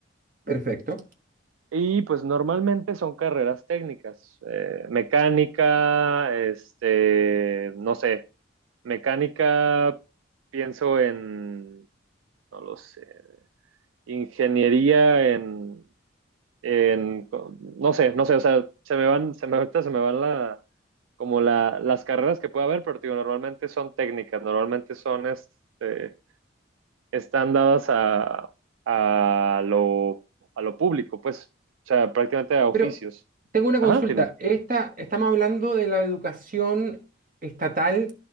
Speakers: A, on the right (about 45°); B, on the right (about 80°).
A: Perfecto.
B: Y pues normalmente son carreras técnicas, eh, mecánica, este, no sé, mecánica, pienso en, no lo sé, ingeniería en en- no sé, no sé, o sea, se me van, se me ahorita se me van la, como la, las carreras que puede haber, pero te digo, normalmente son técnicas, normalmente son, este, están dadas a, a lo, a lo público, pues, o sea, prácticamente a oficios.
A: Pero tengo una consulta.
B: Ajá, tiene.
A: Esta, ¿estamos hablando de la educación estatal